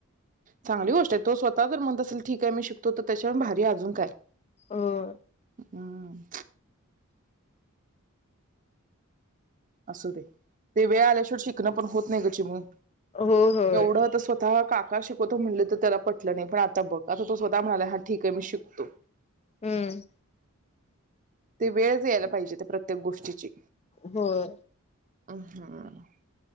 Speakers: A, on the right (about 40°); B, on the left (about 30°).
A: चांगली गोष्ट आहे तो स्वतः जर म्हणत असेल ठीक आहे मी शिकतो तर त्याच्यावर भारी अजून काय..
B: होय
A: हम्म असुदे ते वेळ आल्याशिवाय शिकणं पण होत नाही गं चिमु
B: हो होय,
A: एवढं तर स्वतः का का शिकवतो म्हणले तर त्याला पटलं नाही पण आता बघ आता तो स्वतः म्हणाला हा ठीक आहे मी शिकतो.....
B: हम्म
A: ते वेळच यायला पाहिजे त्या प्रत्येक गोष्टीची
B: होय
A: आम् हम्म...